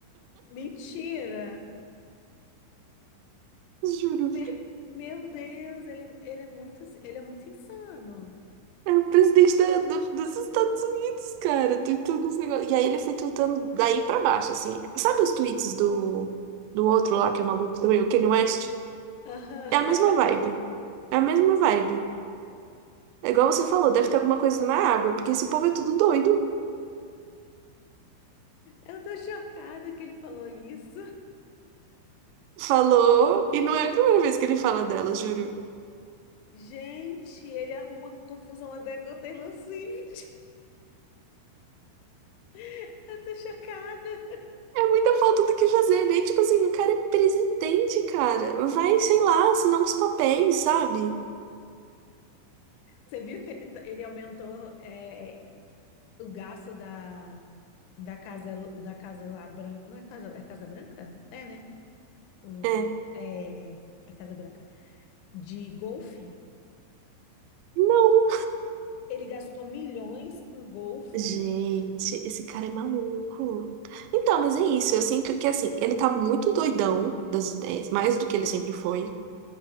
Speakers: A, on the left; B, on the right.
A: mentira.
B: <laughs> juro.
A: Me- meu Deus, ele, é- ele é muito, ele é muito insano.
B: É o presidente da- do- dos Estados Unidos, cara, tweetando uns negócios. E aí ele foi tweetando daí pra baixo, assim. Sabe os tweets do, do outro lá que é maluco também, o Kanye West?
A: Aham.
B: É a mesma
A: <laughs>
B: vibe. É a mesma vibe. É igual você falou, deve ter alguma coisa na água, porque esse povo é tudo doido.
A: Eu tô chocada que ele falou isso.
B: Falou, e não é a primeira vez que ele fala dela, juro.
A: Gente, ele arruma confusão até com o Taylor Swift. <laughs> Eu tô chocada.
B: É muita falta do que fazer, né? Tipo assim, o cara é presidente, cara. Vai, sei lá, assinar uns papéis, sabe?
A: Você viu que ele, tá- ele aumentou é, o gasto da, da casa da casa lá branca. Não é casa, é Casa Branca? É, né? O,
B: É.
A: é, a Casa Branca. De golfe.
B: Não.
A: Ele gastou milhões com golfe.
B: Gente, esse cara é maluco. Então, mas é isso. Eu sinto que, assim, ele tá muito doidão das ideias, mais do que ele sempre foi.